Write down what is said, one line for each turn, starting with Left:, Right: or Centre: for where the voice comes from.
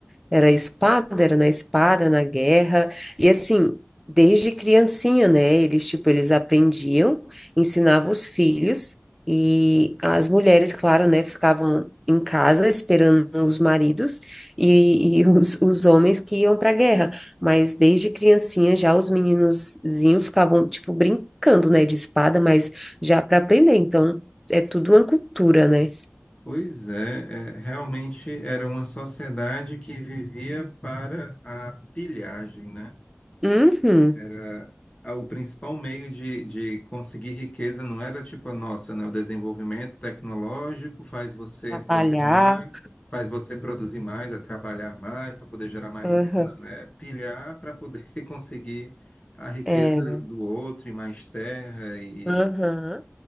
Centre: Era espada, era na espada, na guerra. E assim, desde criancinha, né? Eles, tipo, eles aprendiam, ensinavam os filhos e as mulheres, claro, né? Ficavam em casa esperando os maridos e, e <laughs> os, os homens que iam para a guerra. Mas desde criancinha já os meninozinhos ficavam, tipo, brincando, né? De espada, mas já para aprender. Então, é tudo uma cultura, né?
Left: Pois é, é, realmente era uma sociedade que vivia para a pilhagem, né?
Centre: Uhum.
Left: Era ah, o principal meio de, de conseguir riqueza não era tipo a nossa, né? O desenvolvimento tecnológico faz você
Centre: Trabalhar.
Left: produzir mais, faz você produzir mais, é trabalhar mais para poder gerar mais
Centre: Aham.
Left: riqueza. Não, é pilhar para poder <laughs> conseguir a riqueza
Centre: É.
Left: do outro e mais terra e
Centre: Aham.
Left: e-